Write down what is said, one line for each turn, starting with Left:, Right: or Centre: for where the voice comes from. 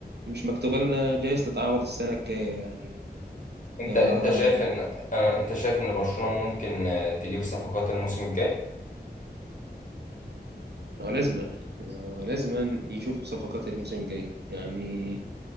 Right: مش مكتوبة لنا جايز تتعوض السنة الجاية يعني
Left: انت
Right: آه،
Left: انت شايف ان انا انت شايف ان برشلونه ممكن آه، تجيب صفقات الموسم الجاي
Right: هو لازما هو لازما يشوفوا صفقات الموسم الجاي يعني